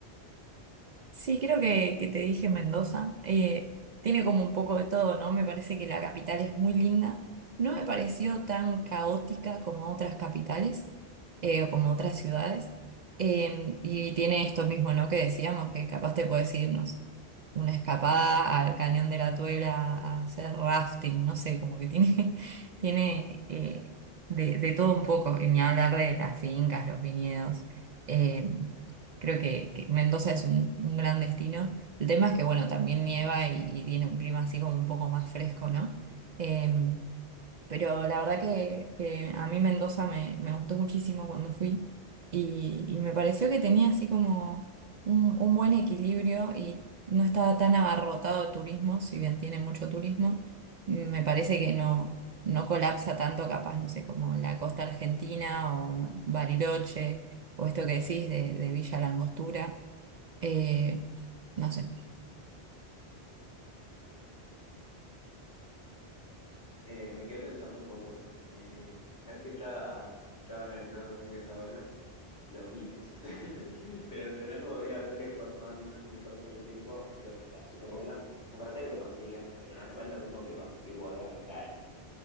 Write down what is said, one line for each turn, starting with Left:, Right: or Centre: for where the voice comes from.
Right: Sí, creo que, que te dije Mendoza. Eh, tiene como un poco de todo, ¿no? Me parece que la capital es muy linda. No me pareció tan caótica como otras capitales eh, o como otras ciudades. Eh, y tiene esto mismo, ¿no? Que decíamos, que capaz te puedes irnos una escapada al Cañón de la Tuela a hacer rafting, no sé, como que tiene, <laughs> tiene eh, de, de todo un poco. Y ni hablar de las fincas, los viñedos. Em, Creo que, que Mendoza es un, un gran destino. El tema es que, bueno, también nieva y, y tiene un clima así como un poco más fresco, ¿no? Em, pero la verdad que, que a mí Mendoza me, me gustó muchísimo cuando fui y, y me pareció que tenía así como un, un buen equilibrio y no estaba tan abarrotado de turismo, si bien tiene mucho turismo, me parece que no, no colapsa tanto capaz, no sé, como la costa argentina o no, Bariloche o esto que decís de, de Villa Langostura, eh, no sé.
Left: Eh, me quedé pensando un poco. Eh, ¿sabés que estaba, estaba analizando también que está bueno? los vinos. <laughs> Tener, tener bodegas cerca y poder tomar vinos ricos todo el tiempo, creo que está súper bueno. En Buenos Aires se consiguen, pero no es, no es lo mismo que conseguir bodegas locales.